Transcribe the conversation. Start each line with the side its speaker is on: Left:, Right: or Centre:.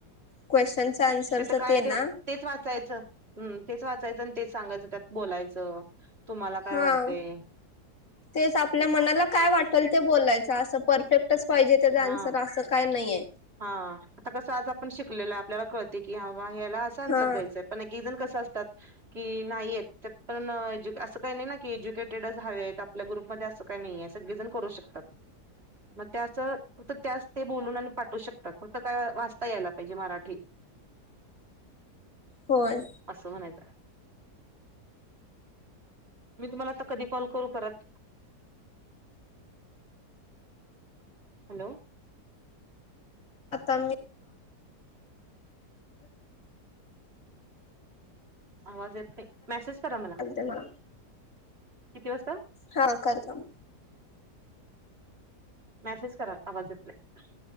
Left: क्वेश्चनचा आन्सर
Right: तिथं
Left: असत
Right: काय
Left: ते
Right: आहे
Left: ना?
Right: तेच वाचायचं हम् तेच वाचायचं आणि तेच सांगायचं त्यात बोलायचं तुम्हाला काय
Left: हा.
Right: वाटत ये?
Left: तेच आपल्या मनाला काय वाटेल ते बोलायचं असं परफेक्टच पाहिजे त्याच आन्सर
Right: हा
Left: असं काय नाहीये.
Right: हा आता कसं आज आपण शिकलेलोय आपल्याला कळते की ह्याला असं
Left: हा
Right: आन्सर द्यायचं आहे. पन गी जण कसे असतात. की नाही येत त्यात पण एजु असं काही नाही ना की एज्युकेटेडच हवेत आप आपल्या ग्रुपमधे असं काही नाहीे सगळेजण करू शकतात. मग त्याच फक्त त्यात ते बोलून आणि पाठू शकतात, फक्त काय वाचता यायला पाहिजे मराठी
Left: होय.
Right: असं म्हणायचं. मी तुम्हाला आता कधी कॉल करू परत? हॅलो.
Left: आता मी
Right: आवाज येत नाही, मेसेज करा मला.
Left: म्ह
Right: किती वाजता?
Left: हा करते मी.
Right: मॅसेज करा, आवाज येत नाही.